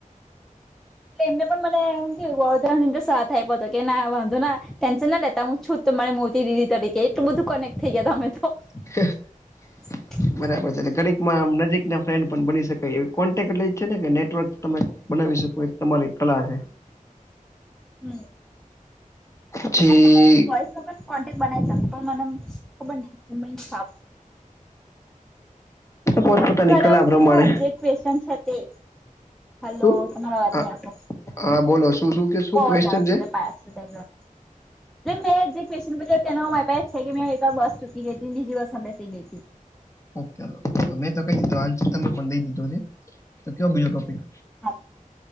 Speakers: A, in the centre; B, on the left.
A: એટલે એમને પણ મને એમ થયું કે બધા સાથ આપ્યો હતો કે ના વાંધો ના ટેન્શન ના લેતા હું છું. તો મારે મોટી દીદી તરીકે એટલું બધું કનેક્ટ થઈ ગયા હતા અમે તો
B: <unintelligible>
A: <unintelligible>
B: બરાબર છે એટલે ઘડીકમાં નજીક ના ફ્રેન્ડ પણ બની શકાય એવી કોન્ટેક્ટ લઈ જ છે ને કે નેટવર્ક તમે બનાવી શકો તમારી કલા છે.
A: હમ
B: <unintelligible>
A: એમ તો હું વોઇસમાં પણ કોન્ટેક્ટ બનાઈ શકુ પણ મને ખબર ન છાપ
B: પોત પોતાની
A: બાર
B: કલા
A: આવું
B: પ્રમાણે
A: છે તું જે ક્વેશચન છે તે હલો
B: શું
A: તમારો અવાજ
B: હા
A: નહી આવતો
B: હા બોલો શું શું કે શું
A: હો અવાજ
B: ક્વેશ્ચન
A: આવે છે તપા ત <unintelligible> જે મેં જે ક્વેસચન પૂછ્યો તેનો મારે પર જ છે કે મેં એક વાર બસ ચૂકી ગઈ હતી બીજી બસમાં બેસે ગઈ હતી
B: ઓકે મેં તો કઈ દીધું આંસર તમે પણ દઈ દીધો છે તો કેવો બીજો ટોપિક
A: હા